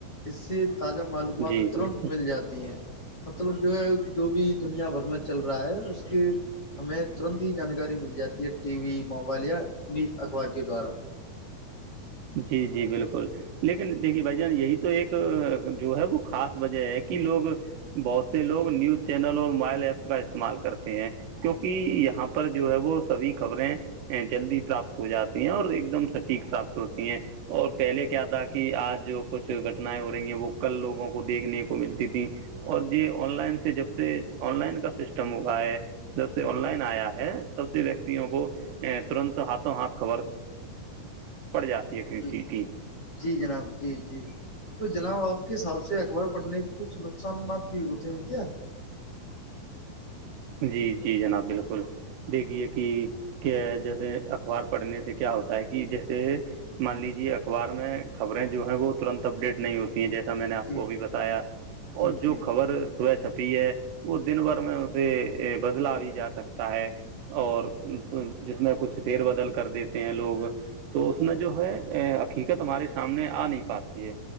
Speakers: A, on the left; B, on the right.
A: اس سے تازہ معلومات
B: جی
A: ترنت
B: بالکل
A: مل جاتی ہے مطلب جو ہے جو بھی دنیا بھر میں چل رہا ہے اس کی ہمیں ترنت ہی جانکاری مل جاتی ہے ٹی وی موبائل یا ل اخبار کے دوارا
B: جی جی بالکل لیکن دیکھیے بھائی جان یہی تو ایک جو ہے وہ خاص وجہ ہے کہ لوگ بہت سے لوگ نیوز چینل اور موبائل ایپس کا استعمال کرتے ہیں کیوںکہ یہاں پر جو ہے وہ سبھی خبریں جلدی پراپت ہو جاتی ہیں اور ایک دم سٹھیک ساپ ہوتی ہیں اور پہلے کیا تھا کہ آج جو کچھ گھٹنیں ہو رہی ہیں وہ کل لوگوں کو دیکھنے کو ملتی تھی اور یہ آن لائن سے جب سے آن لائن کا سسٹم ہوا ہے جب سے آن لائن آیا ہے تب سے ویکتیوں کو ترنت ہاتھوں ہاتھ خبر پڑ جاتی ہے کسی
A: جی
B: چیز کی
A: جی جناب جی جی تو جناب آپ کے حساب سے اخبار پڑنے کے کچھ نقصانات بھی ہوتے توم کیا
B: جی جی جناب بالکل دیکھیے کہ کیا جیسے اخبار پڑھنے سے کیا ہوتا ہے کہ جیسے مان لیجے اخبار میں خبریں جو ہے وہ ترنت اپڈیٹ نہیں ہوتی ہیں جیسے میں نے آپ
A: جی
B: کو ابھی بتایا
A: جی
B: اور جو
A: جی
B: خبر سو شبد پ ہے وہ دن بھر میں اسے بدلا بھی جا سکتا ہے اور پ جس میں کچھ تیر بدل کر دیتے ہیں لوگ تو اس میں جو ہے حقیقت ہمارے سامنے آ نہیں پاتی ہے